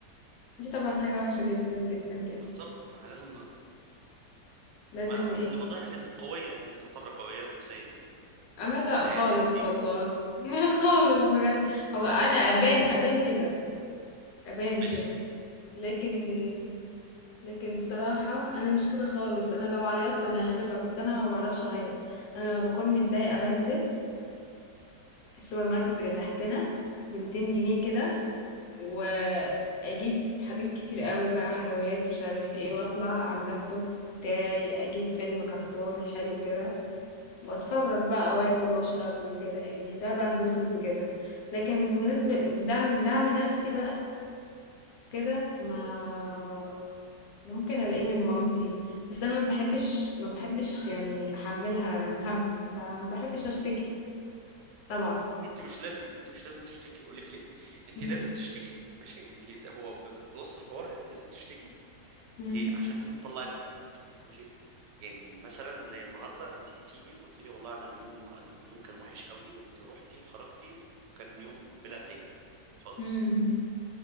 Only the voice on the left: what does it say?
دي طبعا حاجة وحشة جدا جدا جدا
لازم
ن- ايه
انا
لا خالص
والله <laughs> خالص بجد هو انا
ابان ابان كده ابان
كده لكن لكن بصراحة انا مش كده خالص انا لو عيطت انا هخربها بس انا ما بعرفش اعيط انا لما بكون متضايقة بنزل السوبر ماركت اللي تحتنا ب 200 جنيه كده واجيب حاجات كتير قوي بقى حلويات مش عارف ايه واطلع على اللابتوب بتاعي اجيب فيلم كرتون حلو كده واتفرج بقى واكل واشرب وكده يعني ده بنبسط بكده لكن بالنسبة دعم دعم نفسي بقى كده ما ممكن الاقيه من مامتي بس انا ما بحبش ما بحبش يعني احملها هم فما بحبش اشتكي طبعا
مم.
مم.
مم.